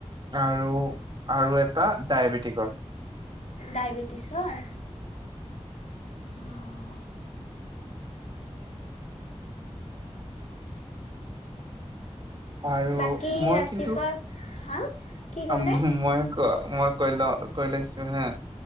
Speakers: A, on the right (about 40°); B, on the left (about 85°).
A: আৰু', - আৰু', এটা ডায়েবেটিকৰ',
B: ডায়েবেটিছৰ? উম',
A: আৰু
B: বাকী
A: মই
B: ৰাতিপুৱা
A: কিন্তু
B: হা কি ক'লে?
A: মই', ক', মই কৈলো কৈ লৈছোঁ হা',